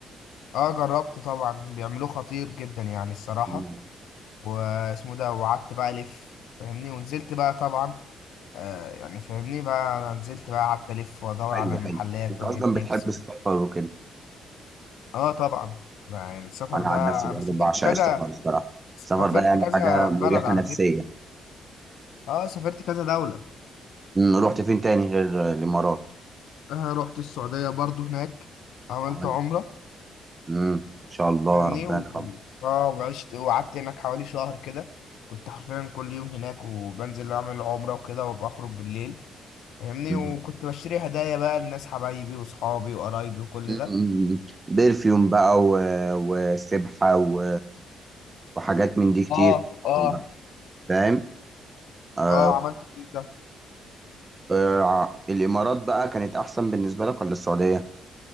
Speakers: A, on the left; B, on the right.
A: اه جربته طبعا بيعملوه خطير جدا يعني الصراحة
B: امم
A: واسمه ده وقعدت بقى الف فاهمني ونزلت بقى طبعا آه يعني فاهمني بقى انا نزلت بقى قعدت الف وادور
B: حلو
A: على المحلات
B: حلو انت
A: واجيب
B: اصلا بتحب
A: لبس و...
B: السفر وكده
A: اه طبعا يعني السفر
B: انا
A: ده
B: عن نفسي
A: انا
B: برضو
A: سافرت
B: بعشق
A: كذا
B: السفر الصراحه
A: سافرت
B: السفر ده يعني
A: كذا
B: حاجه مريحه
A: بلد على
B: نفسيه
A: فكرة اه سافرت كذا دولة
B: امم رحت فين تاني غير آه، الامارات
A: آه رحت السعودية برضو هناك عملت
B: عملت
A: عمرة
B: امم ان شاء الله
A: فاهمني
B: ربنا
A: و-
B: يرحمه
A: اه وعشت وقعدت هناك حوالي شهر كده كنت حرفيا كل يوم هناك وبنزل اعمل عمرة وكده وبخرج بالليل فاهمني
B: مم.
A: وكنت بشتري هدايا بقى للناس حبايبي وصحابي وقرايبي وكل ده
B: مم. برفيوم بقى و... وسبحه و... وحاجات من دي كتير
A: اه
B: طبعا
A: اه
B: بقى فاهم آه...
A: اه عملت كل ده
B: آه... الامارات بقى كانت احسن بالنسبه لك ولا السعوديه